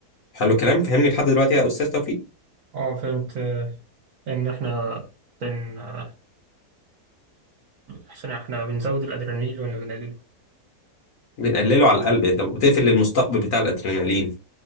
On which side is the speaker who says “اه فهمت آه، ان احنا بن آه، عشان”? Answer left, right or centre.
Right